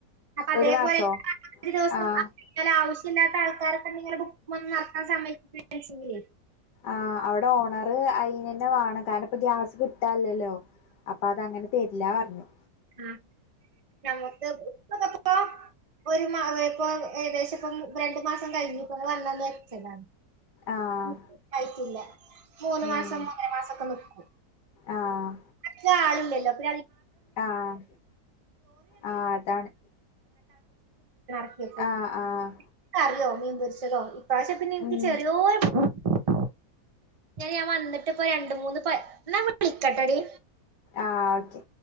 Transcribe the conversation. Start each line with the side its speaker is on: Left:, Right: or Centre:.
Right: അപ്പൊ അതേപോലെ
Left: ഒരു മാസോ
Right: <unintelligible> ദിവസം
Left: ആഹ്
Right: ആവശ്യമില്ലാത്ത ആൾക്കാർക്ക ഇനെ ബുക്കന്ന് വറത്താൻ സ <unintelligible>
Left: ആഹ് അവിടെ ഓണറ് അയിനന്നെ വേണം. കാരണം ഇപ്പ ഗ്യാസ് കിട്ടല്ലല്ലോ അപ്പൊ അത അങ്ങനെ തരില്ലറഞ്ഞു.
Right: <unintelligible> ഇപ്പ ഒരു മാ ഇപ്പൊ ഏകദേശം ഇപ്പം രണ്ട മാസം കഴിഞ്ഞപ്പോെ വന്നന്ന് വെച്ചതാ
Left: ആഹ്
Right: <unintelligible> ആയിട്ടല്ല മൂന്ന്
Left: ഉം
Right: മാസം ഒന്നര മാസം ഒക്കെ നിക്കും. <inaudible>
Left: ആഹ്
Right: അധികം ആളില്ലല്ലോ <unintelligible>
Left: ആഹ് ആഹ് അതാണ്
Right: <unintelligible>
Left: ആഹ്
Right: <unintelligible>
Left: ആഹ്
Right: ക്ക അറിയോ മീൻ പൊരിച്ചതോ ഇ താശെ പിന്നെ എനിക്ക്
Left: ഉം
Right: ചെറിയോ <unintelligible> ഞാ ഞാൻ വന്നിട്ട് ഇപ്പ രണ്ട് മൂന്ന് പ എന്നാ വിളിക്കട്ടടി
Left: ആഹ് ഓക്കെ